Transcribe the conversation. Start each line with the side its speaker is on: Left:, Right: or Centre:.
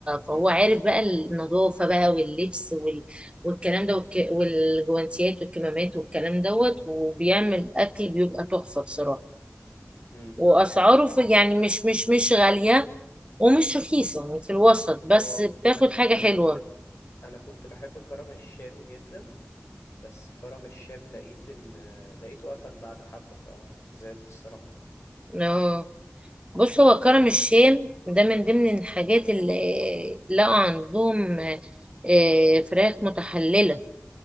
Right: فهو
Left: امم
Right: عارف بقى النظافه بقى واللبس وال... والكلام ده والك... والجوانتيات والكمامات والكلام دوت وبيعمل اكل بيبقى تحفه بصراحه
Left: امم
Right: واسعاره في يعني مش مش مش غاليه ومش رخيصه يعني في الوسط بس
Left: اه
Right: بتاخد
Left: انا
Right: حاجه
Left: انا
Right: حلوه
Left: كنت ب... انا كنت بحب كرم الشام جدا بس كرم الشام لقيت ان لقيته قفل بعد حبة فزعلت الصراحة
Right: آه. بص هو كرم الشام ده من ضمن الحاجات اللي لقوا عندهم آه، آه،
Left: امم
Right: فراخ متحلله